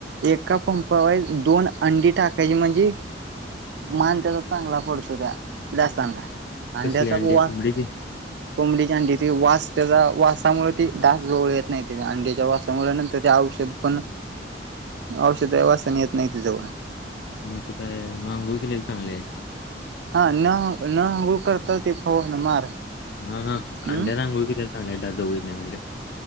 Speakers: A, on the right; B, on the left.
A: एका पंपा वाईज दोन अंडी टाकायची म्हणजे मान त्याचा चांगला पडतो त्या वडासांला. अंड्याचा
B: कसली अंडी
A: पवास
B: कोंबडीची
A: कोंबडीच्या अंडीची वास त्याचा वासामुळे ती डास जवळ येत नाही त्याच्या अंडीच्या वासामुळे नंतर ते औष औषध पण औषध वा असताना येत नाहीती जवळ
B: मग ते काय मांगू केलेले चांगले आहे.
A: हा न न आंघोळ करता ते फवरण मार.
B: ह ह
A: हम्म
B: अंड्याला आंघोळ कितीला चांगले द जाव येत नाही म्हणजे